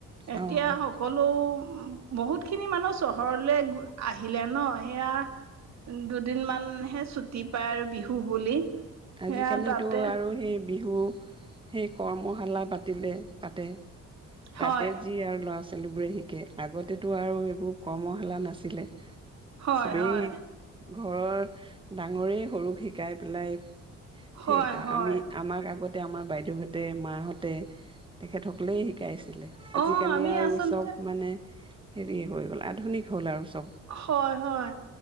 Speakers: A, on the right; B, on the right.
A: এতিয়া
B: অ',
A: সকলো- বহুত খিনি মানুহ চহৰলৈ আহিলে ন, সেয়া দুদিন মানহে ছুটি পায় আৰু বিহু বুলি।
B: আজিকালিতো
A: সেয়া তাতে
B: আৰু সেই- বিহু সেই কৰ্মশালা পাতিলে পাতে।
A: হয়
B: তাতে যি আৰু ল'ৰা ছোৱালী ছোৱালী বোৰে শিকে আগতেতো আৰু এইবোৰ কৰ্মশালা নাছিলে।
A: হয়
B: চবেই
A: হয়।
B: ঘৰৰ ডাঙৰেই সৰুক শিকাই পেলাই-
A: হয়
B: সেই ক
A: হয়
B: আমি আমাক আগত আমাৰ বাইদেউহঁতে মাহঁতে তেখেতসকলে শিকাইছে।
A: অঁ
B: আজিকালি
A: আমি
B: আৰু
A: আচলতে
B: উ চব মানে- হেৰি হৈ গ'ল আধুনিক হ'ল আৰু- চব
A: হয় হয়